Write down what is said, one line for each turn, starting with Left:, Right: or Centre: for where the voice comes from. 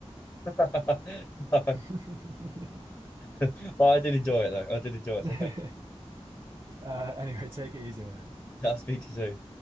Left: <laughs> No,
Right: <laughs>
Left: <laughs> but I did enjoy it though. I did enjoy it.
Right: <laughs>
Left: So
Right: uh,
Left: thank
Right: anyway, take it easy, mate.
Left: you. I'll speak to you soon.